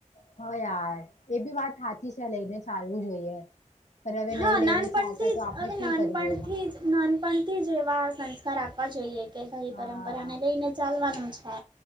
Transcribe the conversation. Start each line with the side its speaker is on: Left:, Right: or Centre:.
Left: હ, યાર એ બી વાત હાચી છે, લઈને ચાલવું જોઈએ. પણ હવે
Right: હા
Left: નય લઈને,
Right: નાનપણથી
Left: ચાલતા તો
Right: જ
Left: આપણે
Right: હવે
Left: શું
Right: નાનપણથી
Left: કરીએ એમાં.
Right: નાનપણથી જે એવા સંસ્કાર આપવા જોઈએ. કે ભાઈ
Left: હા
Right: પરંપરાને લઈને ચાલવાનું છે,